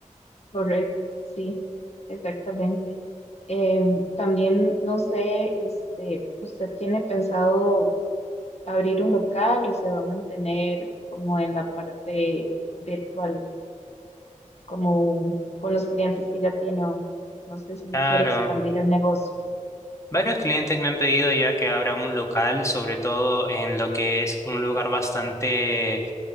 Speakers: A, on the left (about 50°); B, on the left (about 20°).
A: correcto, sí, exactamente. Em, también, no sé, este, ¿usted tiene pensado abrir un local o se va a mantener como en la parte virtual? como con los clientes que ya tiene o no sé si
B: Claro,
A: quiere expandir el negocio,
B: Varios clientes me han pedido ya que abra un local, sobre todo en lo que es un lugar bastante